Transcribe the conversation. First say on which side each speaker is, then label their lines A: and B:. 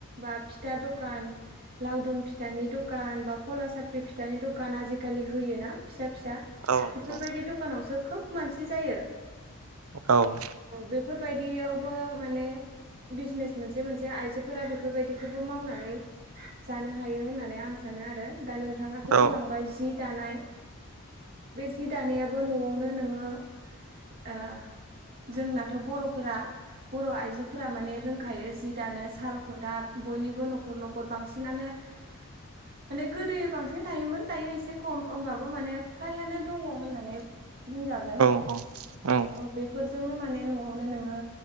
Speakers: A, on the right; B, on the right.
A: बा फिथा दखान लावदुम फिथानि दखान बा खला साफ्रि फिथानि दखान आजिखालि होयोना फिसा फिसा
B: औ नंगौ
A: बेफोरबायदि दखानावसो खोब मानसि जायो।
B: औ
A: बेफोरबायदियावबो माने बिजनेस मोनसे मोनसे आइजोफोरा बेफोरबायदिखौबो मावनानै जानो हायो होननानै आं सानो आरो दा नोंथाङासो
B: औ
A: बुंलांबाय जि दानाय बे जि दानायाबो न'आवनो नोङो ओ जोंनाथ' बर'फोरा बर' आइजोफोरा माने रोंखायो जि दानो साल खुन्था बयनिबो न'खर न'खर बांसिनानो माने गोदोयो बांसिन थायोमोन दायो एसे खम होमबाबो माने फ्रायानो दङ होननानै बुंजागोन
B: अ औ
A: औ बेफोरजोंनो माने न'आवनो नोङो